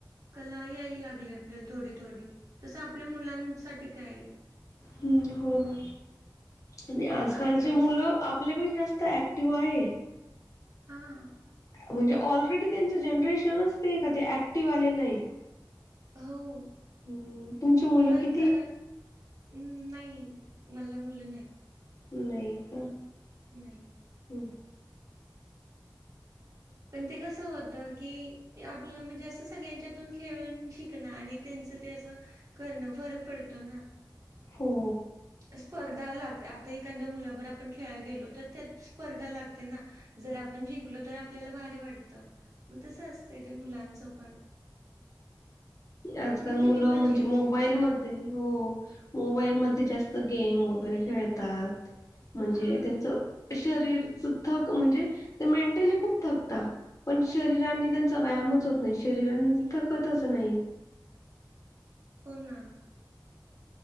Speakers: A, on the right; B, on the left.
A: कला यायला लागली आपल्याला थोडी-थोडी तसं आपल्या मुलांसाठी काय
B: हम्म हो ना आणि आजकालचे
A: आपल्या वेळेस
B: मुलं आपल्या पण जास्त ॲक्टिव्ह आहे.
A: हां.
B: म्हणजे ऑलरेडी त्यांचं जनरेशनच ते का ते ऍक्टिव्ह आलेलं आहे.
A: हऊ
B: हम्म, तुमची मुलं
A: पण
B: किती?
A: जरा हम्म नाही मल्ला मुलं नाही.
B: नाही का?
A: नाही
B: हम्म.
A: पण ते कसं होत की आपलं म्हणजे असं सगळ्यांच्यातून खेळून शिकण आणि त्यांच ते असं करणं, फरक पडतो ना.
B: हो.
A: स्पर्धा लागते आता एखाद्या मुलाभर आपण खेळला गेलो, तर त्यात स्पर्धा लागते ना. जर आपण जिंकलो तर आपल्याला भारी वाटतं मंग तसच ते मुलांचं पण.
B: आजकाल
A: पण किती
B: मुलं
A: मजा
B: म्हणजे
A: यायची
B: मोबाईल
A: ना शाळेत
B: म तरी हो मोबाईल मध्ये जास्त गेम वगैरे खेळतात. म्हणजे
A: हा
B: त्यांचं शरीरच थक म्हणजे ते मेंटली खूप थकता पण शरीरांनी त्यांचा व्यायामच होत नाही शरीरांची थकतच तर नाही
A: हो ना.